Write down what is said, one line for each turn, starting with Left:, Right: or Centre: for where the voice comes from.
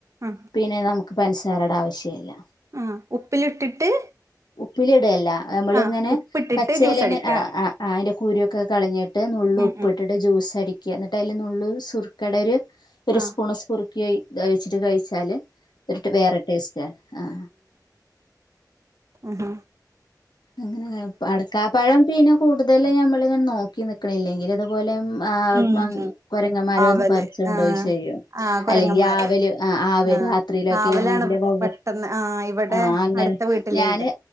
Right: ആഹ്
Left: പിന്നെ നമു സാരട ആവശ്യമില്ല
Right: ആ ഉപ്പിലിട്ടിട്ട്
Left: ഉപ്പിലി ഇടയല്ല നമ്മളിങ്ങനെ
Right: ആഹ് ഉപ്പിട്ടിട്ട്
Left: പച്ചേലേ
Right: ജ്യൂസ് അടിക്ക
Left: അതിന്റെ കൂരിയൊക്കെ കളഞ്ഞിട്ട് നള്ള്
Right: ഉം
Left: ഉപ്പി
Right: ഉം
Left: ഇട്ടിട്ട് ജ്യൂസ് അട ക്ക എന്നിട്ട് അതിൽ നുള്ളൂ സുക്കട ഒരു ഒരു
Right: ആഹ്
Left: സ്പൂണ് സുർക്ക ക്കി ഒഴിച്ചിട്ട് കഴിച്ചാല് ഒട്ട് വേറെ ടേസ്റ്റ് ആ
Right: ആഹാ
Left: അങ്ങനെ അടക്കാ പഴം പിന്നെ കൂടുത ഇതല്ലാം ഞമ്മൾ ഇങ്ങനെ നോക്കി നിൽക്കണം ഇല്ലെങ്കിൽ അതുപോലെ ആ
Right: ഉം ഉം
Left: കൊരങ്ങന്മാര
Right: ആവല്
Left: വന്ന് പറിച്ച് കൊണ്ടോയി
Right: ആഹ്
Left: ശരിയാണ്
Right: ആഹ് കുരങ്ങന്മാര്
Left: അല്ലെങ്കിൽ ആവല് ആ
Right: ആഹ്
Left: രാത്രിയിലൊക്കെ
Right: ആവലാണ്
Left: ആണെങ്കിൽ വവ്വാൽ
Right: പെട്ടെന്ന് ആഹ് ഇവിടെ
Left: ആ അങ്ങനെ
Right: അടുത്ത വീട്ടിലുണ്ട്
Left: ഞാന്